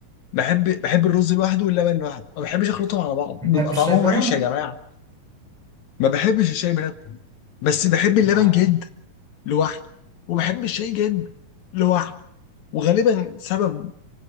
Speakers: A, on the left; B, in the centre.
A: بحب بحب الرز لوحده واللبن لوحده ما بحبش اخلطهم على بعض
B: بتحب
A: بيبقى
B: الشاي
A: طعمهم
B: بلبن؟
A: وحش يا جماعه ما بحبش الشاي بلبن بس بحب اللبن
B: لا
A: جدا
B: لا
A: لوحده وبحب الشاي جدا لوحده وغالبا سبب